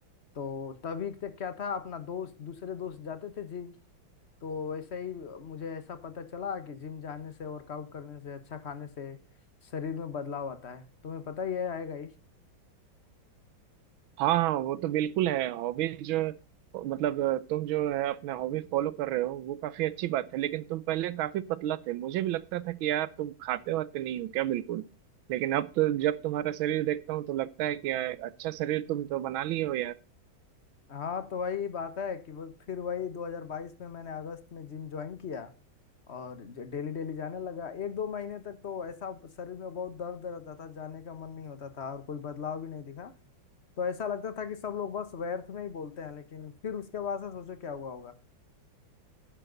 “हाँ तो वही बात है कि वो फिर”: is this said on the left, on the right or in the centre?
Left